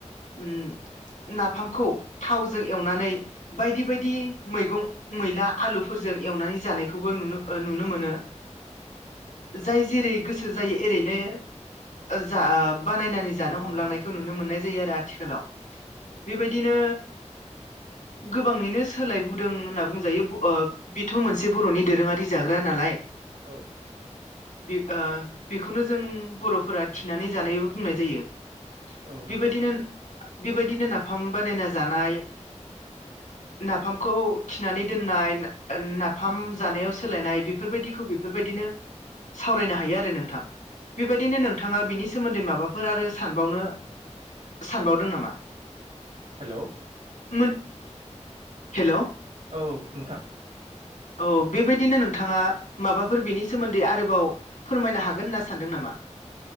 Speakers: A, on the left; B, on the right.
A: ओम नाफामखौ थावजों एवनानै बायदि बायदि मैगं मैला आलुफोरजों एवनानै जानायखौबो नुनो मोनो जाय जेरै गोसो जायो एओरैनो जा ओ बानायनानै जानो
B: औ
A: हमलांनायखौ
B: नंगौ
A: नुनो मोननाय जायो आरो आथि <unintelligible> बेबायदिनो गोबांङैनो सोलायबोदों होनना बुंजायो ओ बेथ मोनसे बरनि दोरोंङारि जाग्रा नालाय
B: औ
A: बे ओ बेखौनो जों बरफोरा थिनानै जानायबो बुंनाय जायो
B: औ
A: बेबायदिनो
B: नंगौ
A: बेबायदिनो नाफाम बानायना जानाय नाफामखौ थिनानै दोननाय नाफाम जानायाव सोलायनाय बेफोरबायदिखौ बेफोरबायदिनो सावरायनो हायो आरो नोंथां बेबायदिनो नोंथाङा बिनि सोमोन्दै माबाफोर आरो सानबावनो सानबावदों नामा
B: हेलौ
A: मो हेलौ
B: औ नोंथां
A: औ बेबायदिनो नोंथाङा माबाफोर बिनि सोमोन्दै आरोबाव फोरमायनो हागोन होनना सानदों नामा